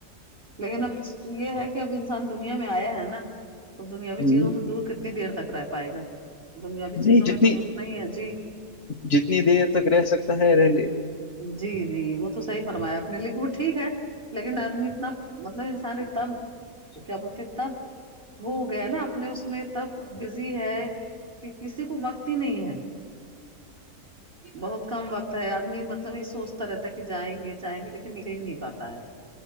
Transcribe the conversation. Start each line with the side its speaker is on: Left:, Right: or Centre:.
Right: <unintelligible> یے ہے کہ اب انسان دنیا میں آیا ہے نا تو دنیاوی
Left: ہوں،
Right: چیزوں سے دور کتنی دیر تک رہ پائے گا دنیاوی
Left: نہیں
Right: چیزوں
Left: جتنی
Right: میں تو گھسنا ہی ہے جی
Left: جتنی دیر تک رہ سکتا ہے رہے لے
Right: جی جی وہ تو صحیح فرمایا اپ نے لیکن وہ ٹھیک ہے لیکن آدمی اتنا مطلب انسان ہے تب کیا بولتے تب وہ ہو گیا نہ اپنے اس میں اتنا بزی ہے کی کسی کو وقت ہی نہیں ہے بہت کم وقت ہے آدمی مط لب یے سوچتا رہتا ہے کہ جائیں گے جائیں گے لیکن نکل ہی نہیں پاتا ہے